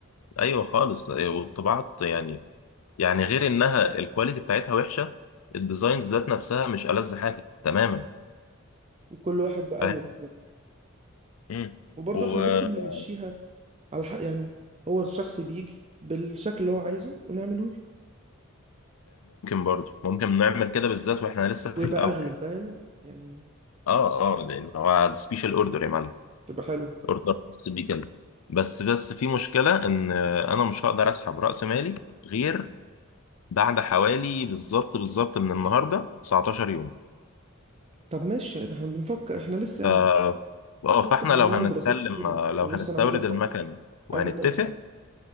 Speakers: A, on the left; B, on the right.
A: ايوه خالص أيوه، والطباعة يعني يعني غير انها الكواليتي بتاعتها وحشه الديزاينز ذات نفسها مش ألذ حاجه تماما
B: وكل واحد بقى
A: فاهم
B: ايوه بالظبط
A: مم.
B: وبرضه
A: وممكن
B: احنا ممكن نمشيها على حق يعني هو الشخص بيجي بالشكل اللي هو عايزه ونعمله له
A: برضو ممكن نعمل كده بالذات واحنا لسه في
B: ويبقى
A: الاول
B: اغلى فاهم يعني
A: اه اه لان هو سبيشال اوردر يا معلم
B: تبقى حلوة
A: اوردر خاص بيه كده بس بس في مشكله ان آه، انا مش هقدر اسحب راس مالي غير بعد حوالي بالظبط بالظبط من النهارده 19 يوم
B: طب ماشي ما احنا بنفكر احنا لسه يعني
A: ف اه
B: لسه
A: فاحنا
B: احنا
A: لو
B: هنعمل
A: هنتكلم
B: دراسات كتيرة
A: آه، لو
B: أنا
A: هنستورد
B: بص انا عايز ابدا
A: المكن وهنتفق
B: عايز ابداه صح